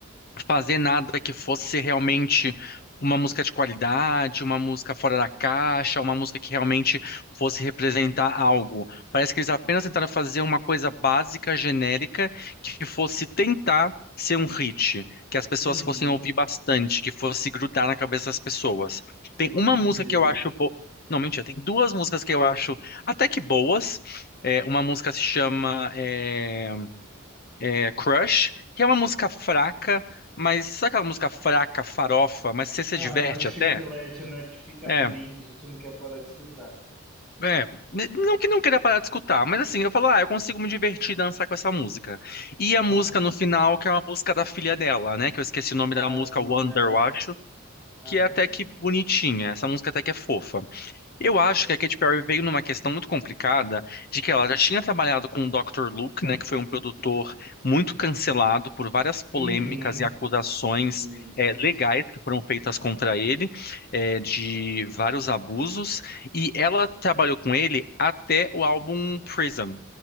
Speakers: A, on the left (about 50°); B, in the centre.
A: fazer nada que fosse realmente uma música de qualidade, uma música fora da caixa, uma música que realmente fosse representar algo. Parece que eles apenas tentaram fazer uma coisa básica, genérica, que fosse tentar ser um hit, que as pessoas
B: Uhum,
A: fossem ouvir bastante, que fosse grudar na cabeça das pessoas.
B: não
A: Tem uma
B: conseguiram.
A: música que eu acho bo... Não, mentira, tem duas músicas que eu acho até que boas. É, uma música se chama é, é, Crush, que é uma música fraca, mas sabe aquela música fraca, farofa, mas você se
B: Aham,
A: diverte
B: chiclete,
A: até?
B: né, que fica na
A: É,
B: mente, a gente não quer parar de escutar.
A: é. Não que não queira parar de escutar, mas assim, eu falo, ah, eu consigo me divertir e dançar com essa música. E
B: Aham,
A: a música no final, que é uma música da filha dela, né? Que eu esqueci o nome
B: Ah,
A: da música,
B: sim.
A: Wonder,
B: É...
A: eu acho,
B: Aham,
A: que é até que bonitinha. Essa música até que é fofa. Eu
B: fofa.
A: acho que a Katy Perry veio numa questão muito complicada de que ela já tinha trabalhado com o Dr. Luke, né, que foi um produtor muito cancelado por várias polêmicas
B: Uhum.
A: e acusações
B: Sim, sim,
A: eh, legais
B: sim.
A: que foram feitas contra ele, eh, de vários abusos, e ela trabalhou com ele até o álbum Prism.